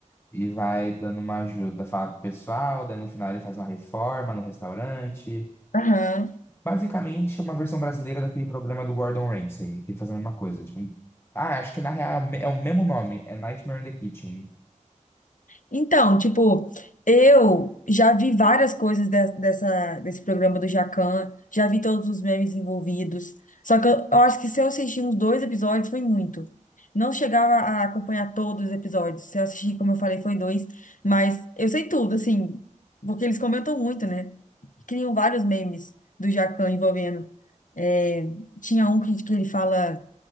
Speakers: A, on the left; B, on the left.
A: e vai dando uma ajuda, fala pro pessoal, daí no final ele faz uma reforma no restaurante.
B: Aham.
A: Basicamente, é uma versão brasileira daquele programa do Gordon Ramsay, que ele faz a mesma coisa. Tipo, ah, acho que na real é o mesmo nome, é Nightmare in the Kitchen.
B: Então, tipo, eu já vi várias coisas de- dessa, desse programa do Jacan, já vi todos os memes envolvidos. Só que eu, eu acho que se eu assistir uns dois episódios foi muito. Não chegava a acompanhar todos os episódios. Se eu assistir, como eu falei, foi dois. Mas eu sei tudo, assim, porque eles comentam muito, né? Criam vários memes do Jacan envolvendo. É, tinha um que, que ele fala